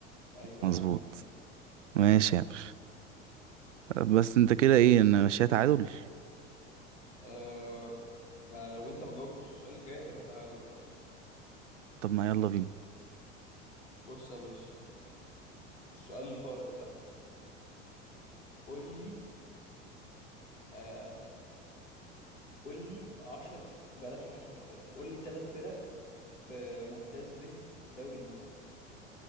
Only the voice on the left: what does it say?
ايوه
يا عم ماشي
آه ما لو انت ما جاوبتش السؤال الجاي هيبقى تعادل اه
بص يا باشا السؤال الفارق بقى قول لي آه قول لي 10 ف... بلاش 10 فرق قول لي ثلاث فرق في ممتاز به في الدوري المصري